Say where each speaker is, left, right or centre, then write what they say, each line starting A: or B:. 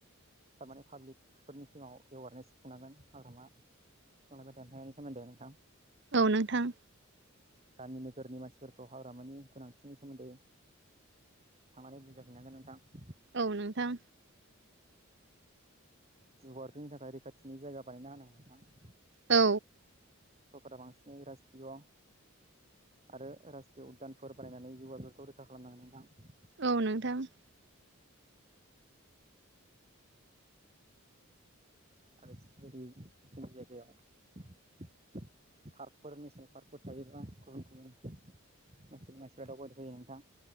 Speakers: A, on the right; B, on the right.
A: थारमाने पाब्लिकफोरनि सिगाङाव एवारनेस खुंनांगोन हाग्रामा। बिफां लायफां दानफायनायनि सोमोन्दै नोथां।
B: औ नोंथां।
A: गामि नोगोरनि मानसिफोरखौ हाग्रामानि गोनांथिनि सोमोन्दै। थांनानै बुजाय हैनांगोन नोंथां।
B: औ नोंथां।
A: जुनार फैनो थाखाय रैखाथिनि जायगा बानायना होनांगोन नोंथां।
B: औ।
A: सरकारा बांसिनै रासष्ट्रिय'। आरो रासष्ट्रिय उद्दानफोर बानायनानै जिउगा बेफोरखौ रैखा खालामनांगोन नोंथां।
B: औ नोंथां।
A: आरो जुदि जोंनि जायगायाव । फारख फोर नेसनेल फारख फोर थायोबा गुबुन गुबुन। मनसि मानसिफ्रा दावबायनो फैयो नोंथां।